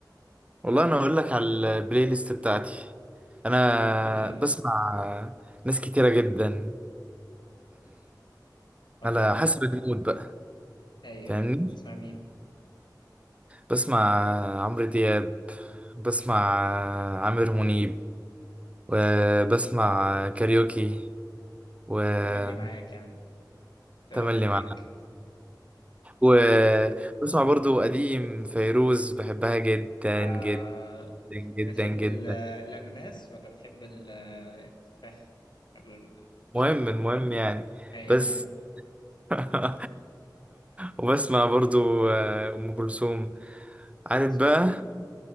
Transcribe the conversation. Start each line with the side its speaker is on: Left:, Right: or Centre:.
Right: والله انا اقول لك على البلاي ليست بتاعتي انا
Left: قول لي
Right: بسمع ناس كتيره جدا
Left: والله
Right: على حسب المود بقى
Left: أيوه
Right: فاهمني
Left: أيوه تسمع مين
Right: بسمع عمرو دياب بسمع عامر منيب وبسمع كاريوكي وتملي
Left: تملي معاك يا عم تملي
Right: معاك
Left: معاك
Right: وبسمع برضو قديم فيروز بحبها جدا
Left: آه
Right: جدا جدا
Left: بتحب
Right: جدا
Left: ال- الأناناس ولا بتحب ال- التفاح؟ ال- ش-
Right: مهم المهم يعني
Left: أيوة
Right: بس <laughs> وبسمع برضو آه، ام كلثوم عارف
Left: سوما
Right: بقى